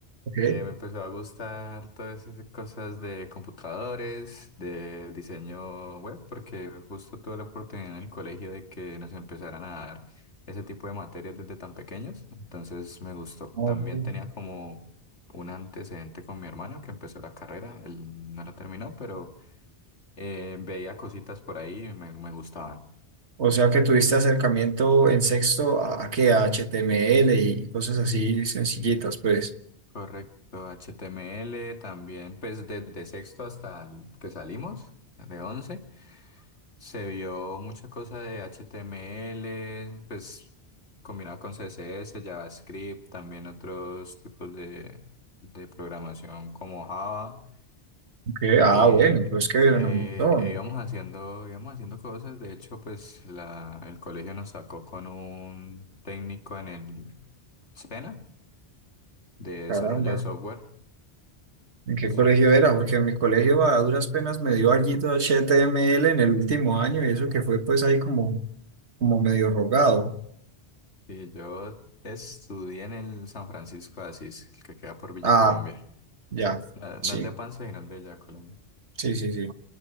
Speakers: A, on the right; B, on the left.
A: Okay.
B: que me empezó a gustar todas esas cosas de computadores, de diseño web, porque justo tuve la oportunidad en el colegio de que nos empezaran a dar ese tipo de materias desde tan pequeños, entonces me gustó.
A: Ok.
B: También tenía como un antecedente con mi hermano que empezó la carrera, él no la terminó, pero eh, veía cositas por ahí y me, me gustaban.
A: O sea que tuviste acercamiento en sexto a, a qué, a HTML y cosas así sencillitas, pues.
B: Correcto, HTML también, pues desde sexto hasta el que salimos, de 11. Se vio mucha cosa de HTML, pues combinado con CSS, JavaScript, también otros tipos de, de programación como Java.
A: Ok,
B: Y
A: Ah, bueno, pues que eran
B: eh,
A: un montón.
B: eh, íbamos haciendo, íbamos haciendo cosas. De hecho, pues la, el colegio nos sacó con un técnico en el SENA de
A: Caramba.
B: desarrollo de software.
A: ¿En qué
B: Sí,
A: colegio era? Porque en mi colegio a duras penas me dio allí todo HTML en el último año y eso que fue pues ahí como, como medio rogado.
B: y yo estudié en el San Francisco de Asís, que queda por Villa
A: Ah.
B: Colombia.
A: Ya,
B: Na-
A: sí,
B: No el de Pansy, sino el de Ya Colombia.
A: sí, sí, sí.